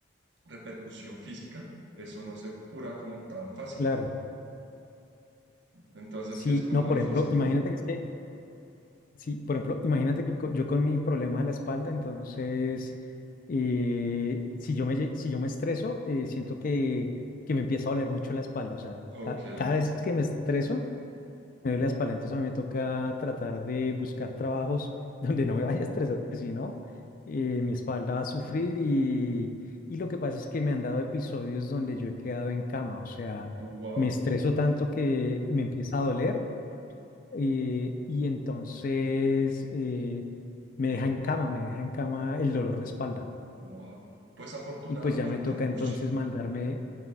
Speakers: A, on the right; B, on the left.
A: repercusión física, eso no se cura como tan fácil.
B: Claro.
A: Entonces
B: Sí,
A: sí es como
B: no, por
A: difícil.
B: ejemplo, imagínate que es que Sí, por ejemplo, imagínate que co- yo con mi problema de la espalda, entonces, eh, si yo me, lle- si yo me estreso, eh, siento que, que me empieza a doler mucho la espalda. O sea,
A: Ok,
B: ca- cada vez que me estreso, me duele la espalda. Entonces a mí me toca tratar de buscar trabajos <laughs> donde no me vaya a estresar, porque si no, eh, mi espalda va a sufrir y, y lo que pasa es que me han dado episodios donde yo he quedado en cama. O sea,
A: wow,
B: me estreso tanto que me empieza a doler eh, y entonces eh, me deja en cama, me deja en cama el dolor de espalda.
A: wow. Pues afortunadamente,
B: Y pues ya me toca entonces
A: ush,
B: mandarme,